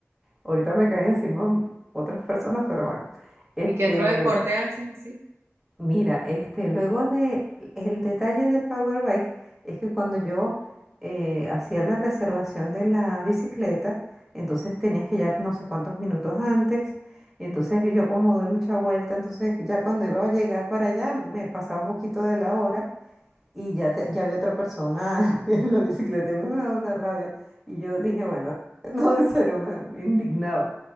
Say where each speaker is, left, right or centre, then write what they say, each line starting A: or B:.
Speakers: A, in the centre; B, on the right.
A: Ahorita me caen encima otras personas, pero bueno. Este,
B: ¿Y qué otro deporte haces así?
A: Mira, este, luego de el detalle del Power Bike es que cuando yo eh, hacía la reservación de la bicicleta, entonces tenías que llegar no sé cuántos minutos antes, y entonces yo como doy mucha vuelta, entonces ya cuando iba a llegar para allá me pasaba un poquito de la hora y ya, te- ya había otra persona <laughs> en la bicicleta, y a mí me daba una rabia y yo dije, bueno, <laughs> no, en serio, me, me indignaba.